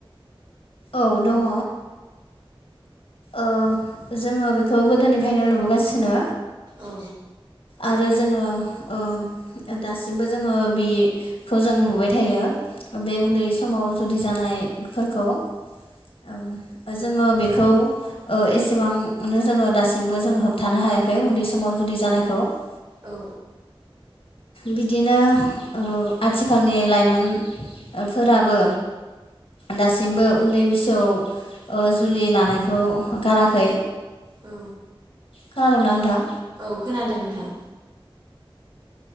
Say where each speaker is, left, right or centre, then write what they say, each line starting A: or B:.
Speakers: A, on the left; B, on the right.
A: औ दङ। ओ जोङो बेखौ गोदोनिफ्रायनो नुबोगासिनो।
B: औ
A: आरो जोङो ओ दासिमबो जोङो बेखौ जों नुबाय थायो। बे उन्दै समाव जुदि जानायफोरखौ ओम जोङो बेखौ ओ एसेबांनो जोङो दासिमबो जोङो होबथानो हायाखै उन्दै समाव जुदि जानाय खौ। औ।
B: औ
A: बिदिनो ओ आथिखालनि लाइमोनफोराबो दासिमबो उन्दै बैसोआव ओ जुलि लानायखौ गाराखै।
B: औ।
A: खोनादोंना नोंथां?
B: औ खोनादों नोंथां।